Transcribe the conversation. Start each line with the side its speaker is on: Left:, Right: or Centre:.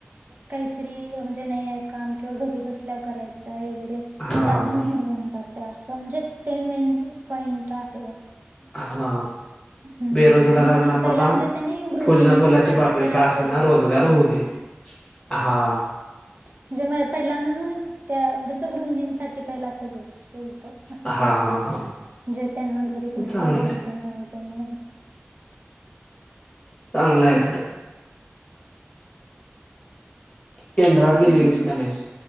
Right: काहीतरी म्हणजे नाही आहे काम किंवा घरी बसून करायचा वगैरे
Left: हा
Right: मग त्यात न होऊन जाते असं म्हणजे ते मेन पॉइंट आहे
Left: हा
Right: हम्म
Left: बेरोजगारांना
Right: म्हणून पहिला
Left: बाबा
Right: म्हणजे त्यांनी गृहिणींसाठी
Left: फुल ना फुलाची पाकळी
Right: पहिला
Left: का असना
Right: सजेस्ट
Left: रोजगार
Right: केलत.
Left: होऊ दे हा
Right: म्हजे पहिला म्हणून त्या जसं गृहिणींसाठी पहिला असं बेस्ट अस
Left: हा हा
Right: के
Left: हा
Right: जे त्यांना घरी बसल्या
Left: चांगलंय
Right: होऊ दे तेमुळे्हा
Left: चांगलं आहे खरं केंद्रात गेलेली
Right: हम्म
Left: गणेश